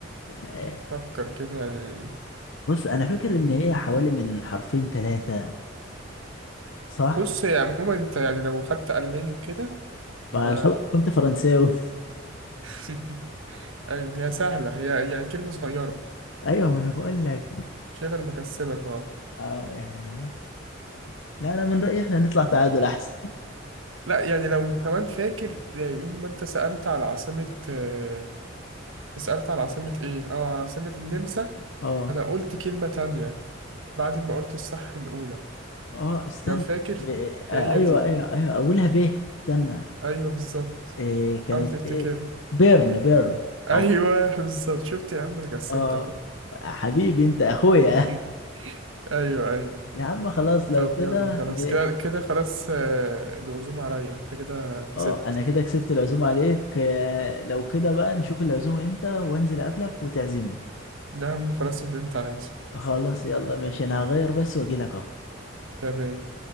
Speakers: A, on the left (about 75°); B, on the right (about 80°).
A: إيه.
B: فكر كده يعني
A: بص انا فاكر ان هي حوالي من حرفين ثلاثة صح
B: بص هي عموما انت يعني لو خدت ألماني وكده
A: ما
B: ف
A: الخبر كنت فرنساوي
B: <laughs> ايوه هي سهلة هي يعني كلمة صغيرة
A: <laughs> ايوه ما انا بقول لك
B: شايف انا بكسبك اه
A: اه يعني بص لا انا من رأيي احنا نطلع تعادل احسن
B: لا يعني لو كمان فاكر يوم ما انت سألت على عاصمة آه، سألت على عاصمة ايه اه عاصمة النمسا
A: <laughs> اه
B: انا قلت كلمة تانية بعد ما قلت الصح الأولى
A: اه استنى
B: لو فاكر ف-
A: ب... آه
B: فهي
A: ايوه
B: دي
A: ايوه ايوه اولها ب استنى
B: ايوه بالظبط
A: إيه كانت
B: حاول تفتكرها
A: ايه بيرن بيرن
B: <laughs> ايوه
A: او
B: بالظبط شفت يا عم انا كسبتك
A: اه
B: أهو.
A: حبيبي انت اخويا
B: <laughs> ايوه ايوه
A: <laughs> يا عم خلاص لو
B: طب
A: كده
B: يلا خلاص
A: ن-
B: كده كده خلاص آه، العزومة عليا انت كده كسبت
A: اه انا كده كسبت العزومة عليك آه، لو كده بقى نشوف العزومة امتى وانزل اقابلك وتعزمني
B: ده يا عم خلاص اللي انت عايزه
A: خلاص يلا ماشي انا هغير بس واجيلك اهو
B: تمام